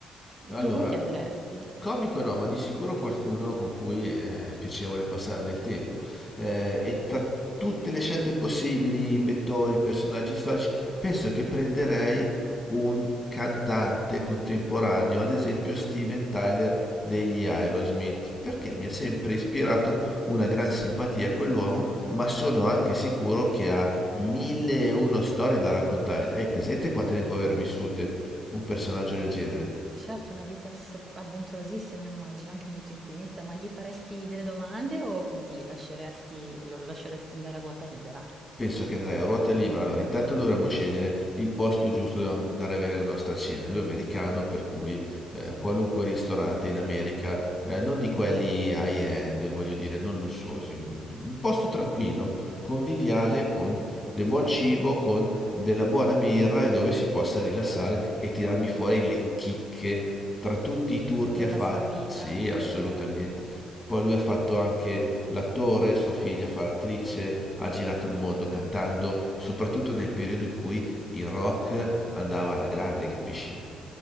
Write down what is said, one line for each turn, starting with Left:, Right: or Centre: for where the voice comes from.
Left: Allora,
Right: Tu con chi andresti?
Left: Comico no, ma di sicuro qualcuno con cui eh, è piacevole passare del tempo. Eh, e tra tutte le scelte possibili, inventori, personaggi storici, penso che prenderei un cantante contemporaneo, ad esempio Steven Tyler degli Aerosmith, perché mi ha sempre ispirato una gran simpatia a quell'uomo, ma sono anche sicuro che ha mille e uno storie da raccontare. Hai presente quante ne può aver vissute un personaggio del genere?
Right: Certo, una vita so- avventurosissima, immagino, anche molto intensa, ma gli faresti delle domande o così lasceresti- lo lasceresti andare a ruota libera?
Left: Penso che andrei a ruota libera. Allora, intanto dovremmo scegliere il posto giusto dove andare a avere la nostra cena. Lui è americano, per cui eh, qualunque ristorante in America, eh, non di quelli high-end, voglio dire, non lussuosi, un, un posto tranquillo, conviviale, con del buon cibo, con della buona birra e dove si possa rilassare e tirarmi fuori le chicche tra tutti i tour
Right: Della
Left: che ha fatto.
Right: sua vita.
Left: Sì, assolutamente.
Right: Eh, certo.
Left: Poi lui ha fatto anche L'attore, sua figlia fa l'attrice, ha girato il mondo cantando, soprattutto nel periodo in cui il rock andava alla grande, capisci?